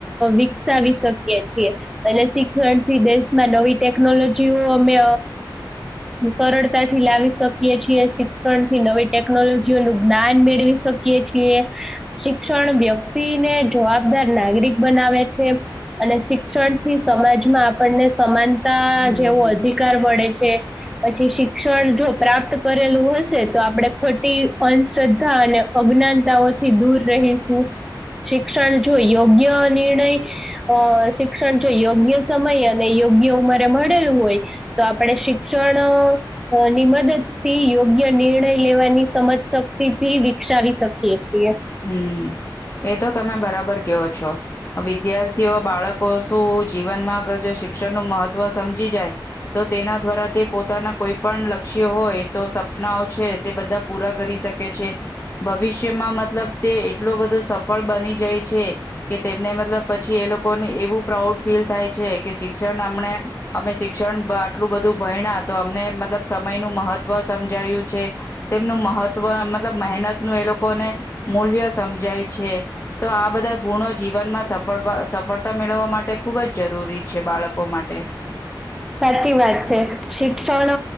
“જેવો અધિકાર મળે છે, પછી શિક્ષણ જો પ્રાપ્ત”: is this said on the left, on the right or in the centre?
Centre